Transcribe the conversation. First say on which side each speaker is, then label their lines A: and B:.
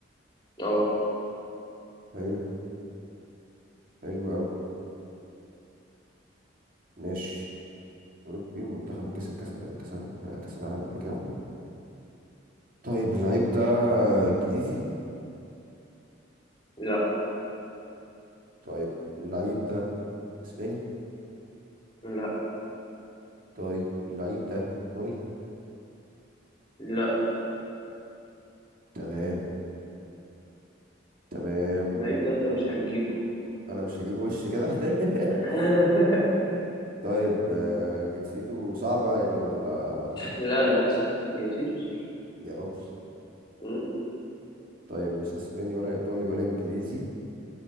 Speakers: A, on the left; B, on the right.
A: اه
B: حلو حلو قوي ماشي اوروبي ومنتخبه كسب كاس كاس كاس العالم قبل كده طيب اللعيب ده انجليزي
A: لا
B: طيب اللعيب ده اسباني
A: لا
B: طيب اللعيب ده ايطالي
A: لا
B: تمام تمام
A: اللعيب ده انت مش هتجيبه
B: انا مش هجيب وش كده <laughs>
A: <laughs>
B: طيب آه، جنسيته صعبة يعني ولا
A: لا لا سهل جنسيته سهل
B: يا رب
A: مم.
B: طيب مش اسباني ولا ايطالي ولا انجليزي